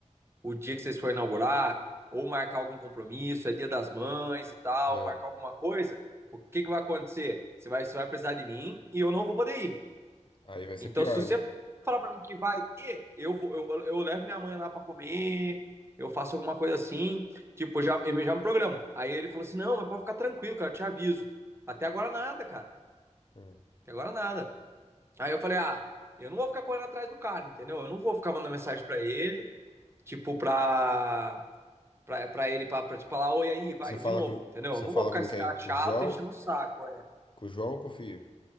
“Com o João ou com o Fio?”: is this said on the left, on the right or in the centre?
Left